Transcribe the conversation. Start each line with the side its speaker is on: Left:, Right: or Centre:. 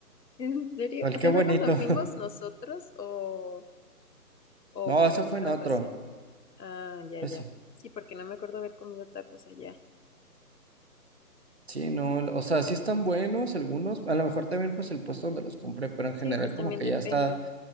Left: ¿En serio?
Right: Pero
Left: O
Right: qué
Left: sea,
Right: bonito.
Left: ¿fue cuando fuimos
Right: <laughs>
Left: nosotros o, o
Right: No,
Left: fue
Right: eso
Left: otra
Right: fue en otro.
Left: ocasión? Ah, ya,
Right: Eso.
Left: ya. Sí, porque no me acuerdo haber comido tacos allá.
Right: Sí, no, o sea, sí están buenos algunos. A lo mejor también pues el puesto donde los compré, pero en general
Left: Sí, pues
Right: como
Left: también
Right: que
Left: depende.
Right: ya está,